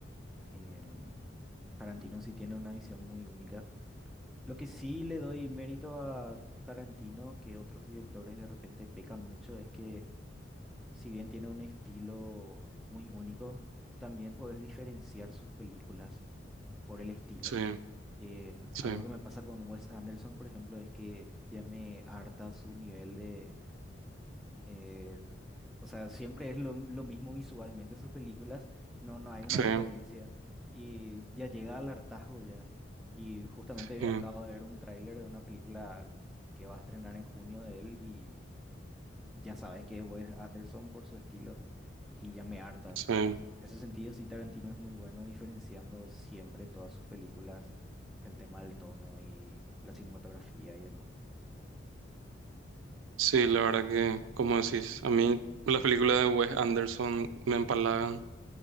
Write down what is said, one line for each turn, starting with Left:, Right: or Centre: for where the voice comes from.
Centre: Em, Tarantino sí tiene una visión muy única. Lo que sí le doy mérito a Tarantino, que otros directores de repente pecan mucho, es que si bien tiene un estilo muy único, también podés diferenciar sus películas por el estilo.
Right: Sí,
Centre: Eh,
Right: sí,
Centre: algo que me pasa con Wes Anderson, por ejemplo, es que ya me harta su nivel de eh, o sea, siempre es lo, lo mismo visualmente sus películas, no, no hay una
Right: sí,
Centre: diferencia y ya llega al hartazgo ya. Y justamente
Right: sí,
Centre: acabo de ver un tráiler de una película que va a estrenar en junio de él y ya sabes que es Wes Anderson por su estilo y ya me harta.
Right: sí.
Centre: En ese sentido, sí, Tarantino es muy bueno diferenciando siempre todas sus películas, el tema del tono y la cinematografía y demás.
Right: Sí, la verdad que, como decís, a mí las películas de Wes Anderson me empalagan.